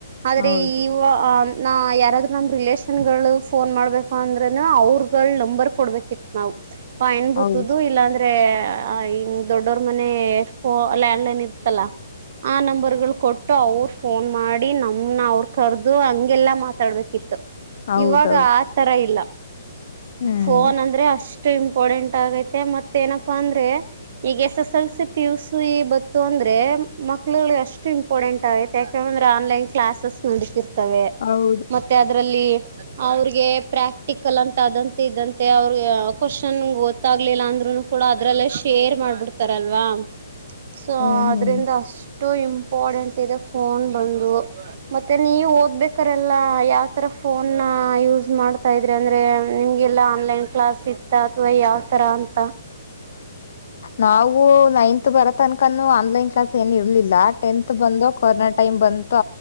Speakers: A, on the right; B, on the left.
A: ಆದ್ರೆ
B: ಹೌದು
A: ಈ.. ನ ಯಾರಾದ್ರು ನಮ್ಮ ರಿಲೇಷನ್ಗಳು ಫೋನ್ ಮಾಡ್ಬೇಕು ಅಂದ್ರೆ ಅವ್ರಗಳ ನಂಬರ್ ಕೊಡ್ಬೇಕಿತ್ತು ನಾವು.. ಹ ಎನ್ ಬೂತು
B: ಹೌದು
A: ಇಲ್ಲಾಂದ್ರೆ.. ಹಂಗ ದೊಡ್ಡೋರ ಮನೆಲ್ಯ ಆಂಡ್ಲೈನ್ ಇರ್ತಲ್ಲ.. ಆ ನಂಬರ್ ಗಳು ಕೊಟ್ಟು ಅವರು ಫೋನ್ ಮಾಡಿ ನಾ.. ಹ ಅವ್ರ ಕರ್ದು ಹಂಗೆಲ್ಲಾ ಮಾತಾಡ್ಬೇಕಿತ್ತು
B: ಹೌದೌದು
A: ಇವಾಗ ಆ ತರ ಇಲ್ಲ..
B: ಹ್ಮ್
A: ಫೋನ್ ಅಂದ್ರೆ ಅಷ್ಟ.. ಷ್ಟ ಇಂಪಾರ್ಟೆಂಟ್ ಆಗೈತೆ ಮತ್ತ ಏನಪ್ಪಾ ಅಂದ್ರೆ ಈಗ S S L C P ಯುಸು ಈ ಬತ್ತು ಅಂದ್ರೆ.. ಎ ಮಕ್ಳು ಎಷ್ಟು ಇಂಪಾರ್ಟೆಂಟ್ ಆಗೈ ಯಾಕೆಂದ್ರೆ ಆನ್ಲೈನ್ ಕ್ಲಾಸಸ್ ನಡತಿರ್ತವೆ
B: ಹೌದು
A: ಮತ್ತೆ ಅದರಲ್ಲಿ ಅವ್ರಿಗೆ ಪ್ರಾಕ್ಟಿಕಲ್ ಅಂತ.. ಅದಂತೆ ಇದಂತೆ ಅವ್ರ ಕ್ವಶನ್ ಗೊತ್ತಾಗ್ಲಿಲ್ಲ ಅಂದ್ರುನು ಕೂಡ ಅದ್ರಲ್ಲೇ ಶೇರ್ ಮಾಡ್ಬಿಡ್ತಾರೆ. ಅಲ್ವಾ ಸೊ
B: ಹ್ಮ್
A: ಅದ್ರಿಂದ..
B: ಹ್ಮ್
A: ಇಷ್ಟು ಇಂಪಾರಡೆಂಟ್ ಇದೆ ಫೋನ್ ಬಂದು ಮತ್ತೆ ನೀ ಓದ್ಬೇಕಾರೆಲ್ಲ ಯಾವತರ ಫೋನ ಯೂಸ್ ಮಾಡ್ತಾ ಇದ್ರೆ ಅಂದರೆ. ನಿಮ್ಗೆಲ್ಲಾ ಆನ್ಲೈನ್ ಕ್ಲಾಸ್ ಇತ್ತ ಅಥವಾ ಯಾವ್ ತರ ಅಂತ..
B: ನಾವು ನೈನ್ತ್ ಬರ ತನಕ ಆನ್ಲೈನ್ ಕ್ಲಾಸ್.. ಏನ್ ಇರ್ಲಿಲ್ಲ ಟೆಂತ್ ಬಂದು ಕೊರನಾ.. ಟೈಮ್ ಬಂತು